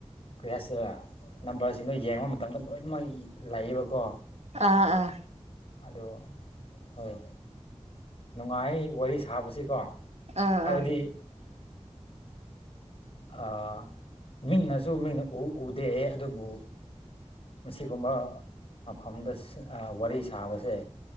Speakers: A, on the left; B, on the right.
A: ꯀꯔꯤ ꯍꯥꯏꯁꯦꯔ ꯅꯝꯕꯔꯁꯤꯡꯗꯣ ꯌꯦꯡꯕ ꯃꯇꯝꯗ ꯂꯣꯏꯅꯃꯛ ꯂꯩꯌꯦꯕꯀꯣ
B: ꯑꯥ ꯑꯥ
A: ꯑꯗꯨ ꯍꯣꯏ ꯅꯨꯡꯉꯥꯏ ꯋꯥꯔꯤ ꯁꯥꯕꯁꯤꯀꯣ
B: ꯑꯥ
A: ꯍꯥꯏꯕꯗꯤ
B: ꯑꯥ
A: ꯑ ꯃꯤꯡꯅꯁꯨ ꯃꯤꯡꯅ ꯎꯨ ꯎꯗꯦ ꯑꯗꯨꯕꯨ ꯃꯁꯤꯒꯨꯝꯕ ꯃꯐꯝꯗ ꯁꯥ ꯑꯥ ꯋꯥꯔꯤ ꯁꯥꯕꯁꯦ